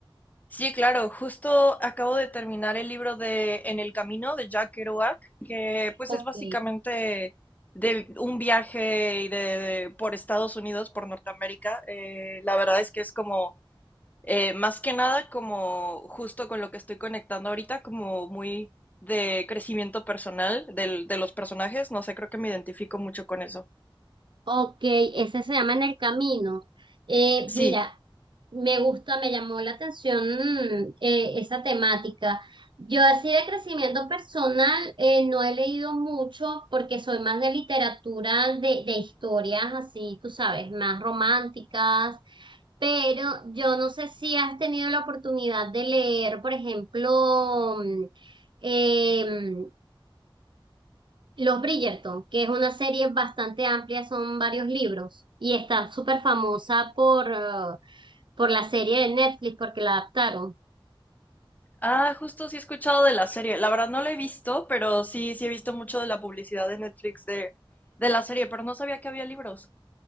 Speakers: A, on the left; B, on the right.
A: Sí, claro, justo acabo de terminar el libro de En el Camino de Jack Kerouac, que pues
B: Ok,
A: es básicamente de un viaje y de, de- por Estados Unidos, por Norteamérica. Eh, la verdad es que es como, eh, más que nada, como justo con lo que estoy conectando ahorita, como muy de crecimiento personal del- de los personajes. No sé, creo que me identifico mucho con eso.
B: Ok, ese se llama En el Camino. Eh,
A: Sí.
B: mira, me gusta, me llamó la atención mm, eh, esa temática. Yo así de crecimiento personal eh, no he leído mucho porque soy más de literatura, de, de historias así, tú sabes, más románticas, pero yo no sé si has tenido la oportunidad de leer, por ejemplo, mm, em, los Bridgerton, que es una serie bastante amplia, son varios libros y está súper famosa por, eh, por la serie de Netflix porque la adaptaron.
A: Ah, justo sí he escuchado de la serie. La verdad no la he visto, pero sí, sí he visto mucho de la publicidad de Netflix de, de la serie, pero no sabía que había libros.